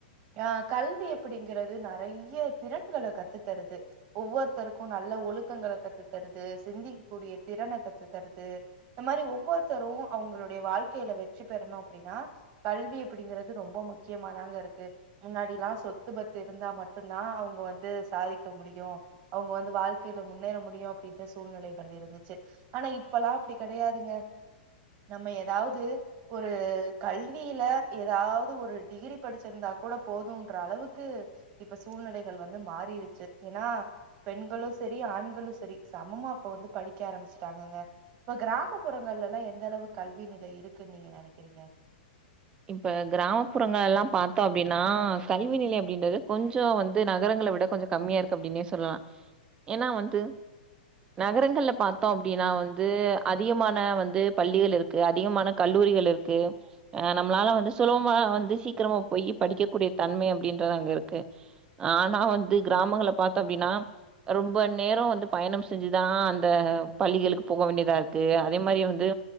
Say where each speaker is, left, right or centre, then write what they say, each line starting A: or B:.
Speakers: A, on the right (about 35°); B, on the right (about 15°).
A: ஆ கல்வி எப்பிடிங்கறது நெறைய திறன்கள கத்துத்தருது ஒவ்வொர்த்தருக்கு நல்லே ஒழுக்கங்கள கத்துத்தருது சிந்திக் கூடிய திறனே கத்துத்தருது இந்த மாரி ஒவ்வொர்த்தரூ அவங்களுடைய வாழ்க்கையில வெற்றி பெறணு அப்டின்னா கல்வி அப்டிங்கறது ரொம்ப முக்கியமாதாங்க இருக்கு முன்னாடிலா சொத்து பத்து இருந்தா மட்டுன்தா அவங்க வந்து சாதிக்க முடியு அவங்க வந்து வாழ்க்கையில முன்னேற முடியு அப்டின்ற சூழ்நிலைகள் இருந்துச்சு ஆனா இப்பல்லா அப்டி கெடையாதுங்க நம்ம ஏதாவது ஒரு கல்வியில ஏதாவது ஒரு டிகிரி படிச்சிருந்தா கூட போதுன்ற அளவுக்கு இப்ப சூழ்நிலைகள் வந்து மாறிருச்சு ஏன்னா பெண்களு சரி ஆண்களு சரி சமமா இப்ப வந்து படிக்க ஆரம்பிச்சுட்டாங்கங்க இப்ப கிராமப்புறங்கள்ல எல்லா என் தளவு கல்வி நிலை இருக்குனு நீங்க நெனைக்குறீங்க
B: இப்ப கிராமப்புறங்கள் எல்லா பாத்தோ அப்டின்னா கல்வி நிலையம் அப்டின்றது கொஞ்சொ வந்து நகரங்கள விட கொஞ்சொ கம்மியா இருக்கு அப்டின்னே சொல்லலா ஏனா வந்து நகரங்கள்ல பாத்தோ அப்டின்னா வந்து அதிகமான வந்து பள்ளிகள் இருக்கு அதிகமான கல்லூரிகள் இருக்கு நம்மளால வந்து சுலபமா வந்து சீக்கிரமா போய் படிக்கக்கூடிய தன்மை அப்டின்றது அங்க இருக்கு ஆனா வந்து கிராமங்கள பாத்தோ அப்டின்னா ரொம்ப நேரெ வந்து பயணம் செஞ்சுதா அந்த பள்ளிகளுக்கு போக வேண்டியதா இருக்கு அதே மாரி வந்து